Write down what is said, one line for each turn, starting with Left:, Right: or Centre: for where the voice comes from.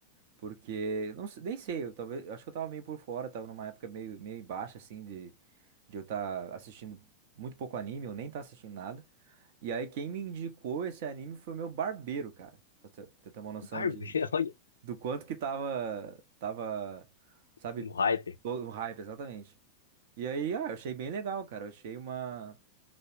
Right: porque não, se- nem sei, eu talvez, acho que eu tava meio por fora, tava numa época meio meio baixa assim de de eu estar assistindo muito pouco anime, eu nem tá assistindo nada. E aí quem me indicou esse anime foi o meu barbeiro, cara. Pra você você ter uma noção
Left: Barbeiro,
Right: de
Left: <laughs> olha,
Right: do quanto que tava tava, sabe,
Left: no hype.
Right: todo o hype exatamente. E aí, ah, eu achei bem legal, cara. Eu achei uma